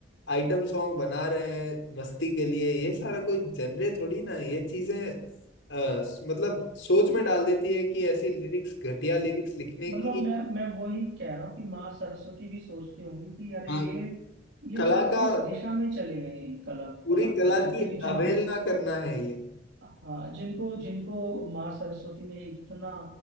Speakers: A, on the left; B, on the right.
A: आइटम सॉन्ग बना रहे हैं मस्ती के लिए ये सारा
B: हाँ।
A: कोई जनरे थोड़ी ना है, ये चीजें अ, स- मतलब सोच में डाल देती है कि ऐसी लिरिक्स घटिया लिरिक्स
B: हम्म।
A: लिखने
B: मतलब
A: की
B: मैं मैं वही कह रहा हूँ कि माँ सरस्वती भी सोचती होंगी कि अरे
A: हाँ
B: ये ये
A: कला
B: सब
A: का
B: किस दिशा में चले गए हैं कला
A: पूरी
B: कलाकार
A: कला
B: जितने
A: की
B: भी जिनको
A: अवहेलना करना है ये
B: हाँ जिनको जिनको माँ सरस्वती ने इतना